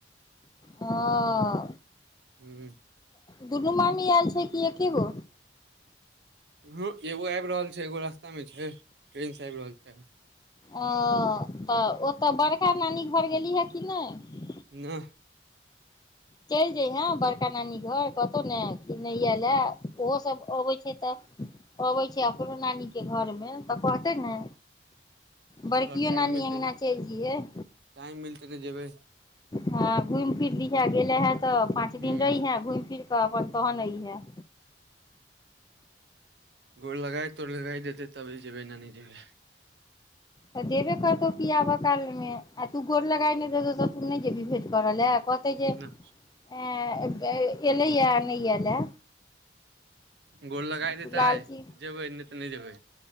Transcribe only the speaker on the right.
हुँ
ह एगो आबि रहल छै एगो रास्तामे छै ट्रेनसँ आबि रहल छै
नहि
ह टाइम
मिलतै
टाइम मिलतै तऽ जेबै
हूं
गोर लगााय तोड़ लगा देतै तब जेबै न नहि जेबै
न
गोर लगाय
देतै
जेबै नहि तऽ नहि जेबै